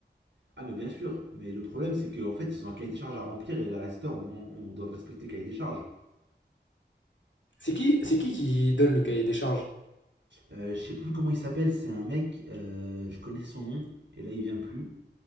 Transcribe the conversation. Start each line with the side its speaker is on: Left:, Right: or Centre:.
Right: Ah, mais bien sûr. Mais le problème, c'est qu'en fait, ils ont un cahier des charges à remplir et les réalisateurs, on, on doit respecter le cahier des charges.
Left: C'est qui, c'est qui qui donne le cahier des charges?
Right: Euh, je sais plus comment il s'appelle, c'est un mec, euh, je connaissais son nom, et là, il vient plus.